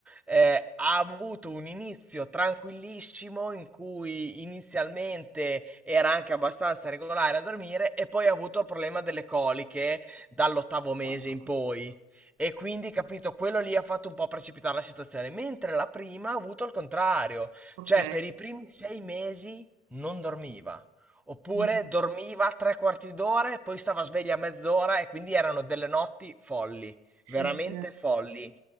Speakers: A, in the centre; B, on the right.
A: eh, ha avuto un inizio tranquillissimo in cui inizialmente era anche abbastanza regolare a dormire e poi ha avuto il problema delle coliche dall'ottavo mese
B: Ah,
A: in poi. E quindi, capito, quello lì ha fatto un po' precipitare la situazione, mentre la prima ha avuto il contrario.
B: ok.
A: Cioè, per i primi sei mesi non dormiva. Oppure
B: Mm.
A: dormiva tre quarti d'ora e poi stava sveglia mezz'ora e quindi erano delle notti folli,
B: Sì,
A: veramente
B: sì,
A: folli.